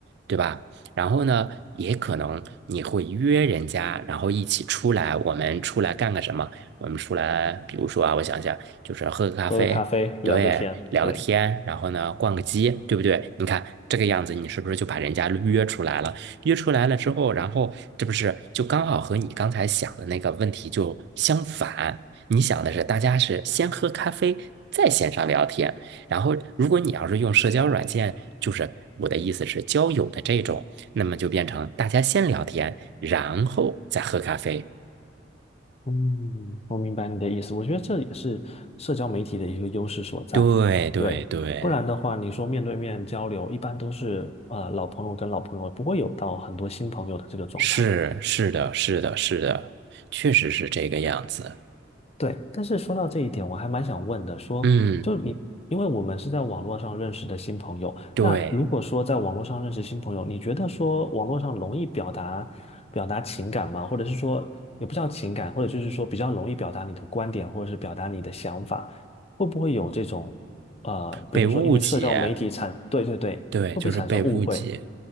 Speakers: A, on the right; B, on the left.
A: 对吧？然后呢，也可能你会约人家，然后一起出来，我们出来干个什么？我们出来，比如说啊，我想想，就是喝个咖啡，
B: 喝个咖啡，
A: 对，
B: 聊个天。
A: 聊个天，
B: 对。
A: 然后呢，逛个街，对不对？你看这个样子，你是不是就把人家约出来了？约出来了之后，然后这不是就刚好和你刚才想的那个问题就相反？你想的是大家是先喝咖啡，再线上聊天。然后，如果你要是用社交软件，就是我的意思是交友的这种，那么就变成大家先聊天，然后再喝咖啡。
B: 嗯，我明白你的意思。我觉得这也是社交媒体的一个优势所在。
A: 对对对，
B: 对，不然的话，你说面对面交流，一般都是呃老朋友跟老朋友，不会有到很多新朋友的这个状态。
A: 是是的，是的，是的，确实是这个样子。
B: 对，但是说到这一点，我还蛮想问的，说，
A: 嗯，
B: 就你，因为我们是在网络上认识的新朋友，
A: 对，
B: 那如果说在网络上认识新朋友，你觉得说网络上容易表达表达情感吗？或者是说，也不叫情感，或者就是说比较容易表达你的观点，或者是表达你的想法，会不会有这种，呃，比如说因为社交媒体产，
A: 被误解。
B: 对对对，
A: 对，
B: 会不会产生误会？
A: 就是被误解。